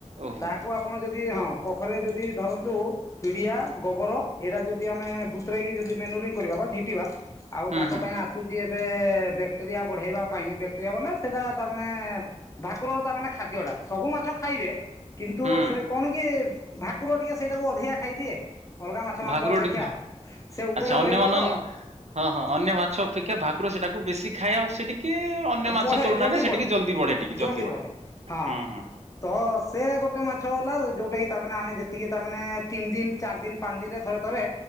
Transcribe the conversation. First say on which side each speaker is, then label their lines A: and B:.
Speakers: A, on the right (about 65°); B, on the left (about 25°).
A: ଓହୋ
B: ତାକୁ ଆପଣ ଯଦି ହଁ ପୋଖରୀରେ ଯଦି ଧରନ୍ତୁ ପିଡିଆ, ଗୋବର ଏଇଟା ଯଦି ଆମେ ବୁତରେଇକି ଯଦି ମେନୁରିଙ୍ଗ କରିବା ବା ଝିଟିବା ଆଉ
A: ହୁଁ
B: ତାଙ୍କ
A: ହୁଁ
B: ପାଇଁ
A: ହୁଁ
B: ଆସୁଛି ଏବେ ବ୍ୟାକ୍ଟେରିଆ ବଢେଇବା ପାଇଁ ବ୍ୟାକ୍ଟେରିଆ ବୋଲେ ସେଇଟା ତାମାନେ ଭାକୁର ତା ମାନେ ଖାଦ୍ୟ ଟା ସବୁ ମାଛ ଖାଇବେ। କିନ୍ତୁ
A: ହୁଁ
B: ସେ କଣ କି ଭାକୁର ଟିକେ ସେଇଟାକୁ ଅଧିକା ଖାଇଦିଏ। ଅଲଗା ମାଛମାନଙ୍କ
A: ଭାକୁର
B: ଅପେକ୍ଷା
A: ଟିକେ ହଁ,
B: ସେ ଉପରେ
A: ଆଚ୍ଛା ଅନ୍ୟମାନଙ୍କ
B: ରହିବ ତ।
A: ହଁ ହଁ ଅନ୍ୟ ମାଛ ଅପେକ୍ଷା ଭାକୁର ସେଟାକୁ ବେଶୀ ଖାଏ ଆଉଟ ସେଟିକି କି ଅନ୍ୟ ମାଛ
B: ବଢ଼େ
A: ତୁଳନାରେ
B: ଜଲ୍ଦି
A: ସେ
B: ବଢ଼େ
A: ଟିକେ ଜଲଦି ବଢେ ଟିକେ
B: ଜଲ୍ଦି
A: ଜଲଦି ବଢେ।
B: ବଢ଼େ ହଁ
A: ହୁଁ ହୁଁଁ।
B: ତ ସେ ଗୋଟେ ମାଛ ହେଲା ଯୋଉଟା କିି ତାମାନେ ଆମେ ଯେତିକି ତାମାନେ ତିନି ଦିନ ଚାରି ଦିନ ପାନ୍ଦ ଦିନ ରେ ଥରେ ଥରେ